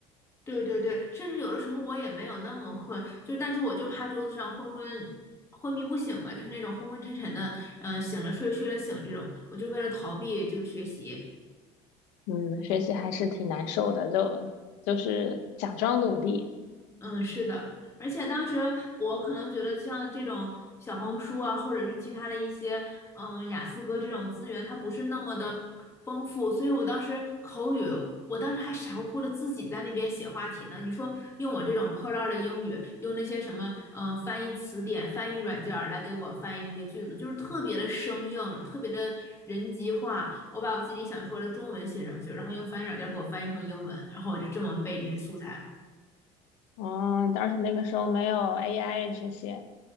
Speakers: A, on the left; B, on the left.
A: 对对对，甚至有的时候我也没有那么困，就但是我就趴桌子上昏昏昏迷不醒吧，就是那种昏昏沉沉的，嗯、醒了睡，睡了醒这种，我就为了逃避就是学习，
B: 嗯，学习还是挺难受的，就就是假装努力。
A: 嗯，是的，而且当时我可能觉得，像这种小红书啊，或者是其他的一些，嗯，雅思哥这种资源，它不是那么的丰富，所以我当时口语，我当时还傻乎乎的自己在那边写话题呢。你说用我这种破烂儿的英语，用那些什么，嗯，翻译词典、翻译软件儿来给我翻译这些句子，就是特别的生硬，特别的人机化。我把我自己想说的中文写上去，然后用翻译软件儿给我翻译成英文，然后我就这么背这些素材。
B: 哦，但是那个时候没有 AI 这些，